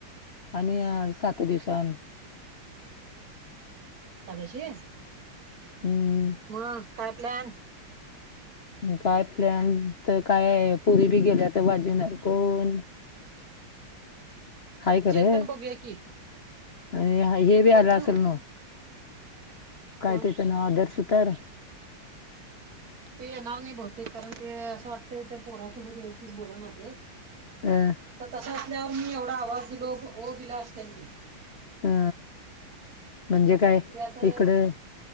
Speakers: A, on the left; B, on the right.
A: आणि
B: हा
A: सात दिवसन.
B: एकादशशी आहे.
A: हम्
B: ह काय प्लॅन?
A: काय प्लन तर काय आहे पुरी बी गेल्या तर भाजीणार कोण? हाय खरं
B: चेतन बघूया की.
A: आणि हे बी
B: चेतन
A: आलं असेल
B: हो
A: ना काय
B: कोण
A: त्याच नाव आदर्श तर
B: ते येणार नाही बहुतेक कारण ते असं वाटते त्या पोरासोबत व्यवस्थित बोला ना ते.
A: हम.
B: आता तशा असल्यावर मी एवढा आवाज दिलो दिला असते क
A: हा म्हणजे काय
B: ते आता
A: इकडं.